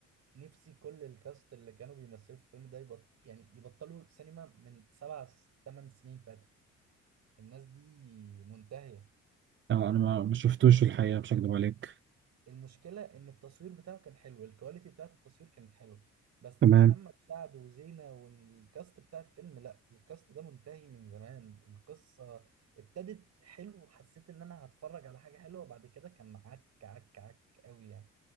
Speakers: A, on the right; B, on the right.
A: نفسي كل الكاست اللي كانوا بيمثلوا في الفيلم ده يبط يعني يبطلوا سينما من سبع ثمان سنين فاتوا الناس دي منتهيه
B: آه، انا ما ما شفتوش الحقيقه مش هكدب عليك
A: المشكلة إن التصوير بتاعه كان حلو الكواليتي بتاعت التصوير كانت حلوة بس
B: تمام
A: محمد سعد وزينة والكاست بتاع الفيلم لا الكاست ده منتهي من زمان القصة ابتدت حلو وحسيت إن أنا هتفرج على حاجة حلوة بعد كده كان عك عك عك قوي يعني